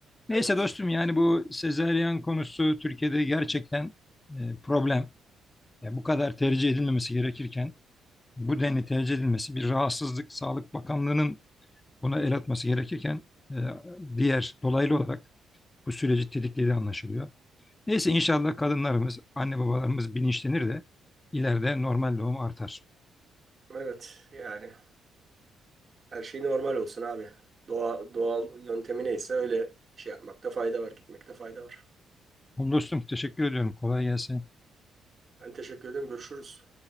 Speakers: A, on the left (about 20°); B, on the right (about 40°).
A: Neyse
B: evet
A: dostum yani bu sezaryen konusu Türkiye'de gerçekten e, problem. Yani bu kadar tercih edilmemesi gerekirken bu denli tercih edilmesi bir rahatsızlık Sağlık Bakanlığı'nın buna el atması gerekirken e, diğer dolaylı olarak bu süreci tetiklediği anlaşılıyor. Neyse inşallah kadınlarımız, anne babalarımız bilinçlenir de ileride normal doğum artar.
B: evet yani her şey normal olsun abi. Doğa, doğal yöntemi neyse öyle şey yapmakta fayda var, gitmekte fayda var.
A: Oğlum dostum teşekkür ediyorum. Kolay gelsin.
B: Ben teşekkür ederim. Görüşürüz.